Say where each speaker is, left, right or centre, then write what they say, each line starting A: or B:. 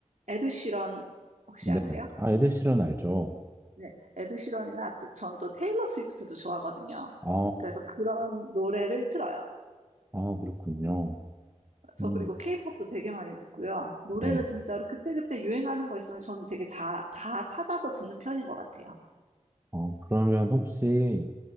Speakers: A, on the right; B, on the right.
A: 에드 시런 혹시
B: 네.
A: 아세요?
B: 아, 에드 시런 알죠?
A: 네, 에드시런이나 또, 전 또 테일러 스위프트도 좋아하거든요.
B: 아,
A: 그래서 그런 노래를 틀어요.
B: 아, 그렇군요.
A: 저
B: 음,
A: 그리고 케이팝도 되게 많이 듣고요. 노래는
B: 네.
A: 진짜로 그때그때 유행하는 거 있으면 저는 되게 자, 다 찾아서 듣는 편인 것 같아요.
B: 어, 그러면 혹시,